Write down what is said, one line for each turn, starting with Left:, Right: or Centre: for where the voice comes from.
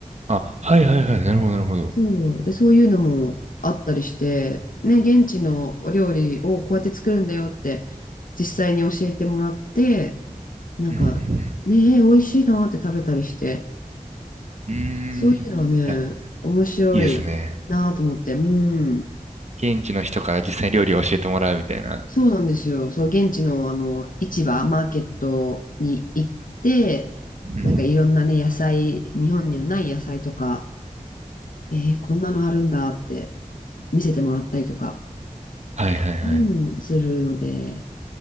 Right: あ、はいはいはい、なるほど、なるほど。
Left: そう。で、そういうのもあったりして、ね、現地のお料理をこうやって作るんだよって、実際に教えてもらって、なんか、
Right: うんう
Left: ね、え美味しいなって食べたりして、
Right: んうん、
Left: そういうのはね、
Right: うーん、いや
Left: 面白いなと思って、
Right: いいですね。
Left: うん。
Right: 現地の人から実際に料理を教えてもらうみたいな。
Left: そうなんですよ。そう、現地のあの、市場、マーケットに行って、
Right: うん、
Left: なんかいろんなね、野菜、日本にはない野菜とか、えーこんなのあるんだって見せてもらったりとか、
Right: はいはいはい。
Left: うん、するので、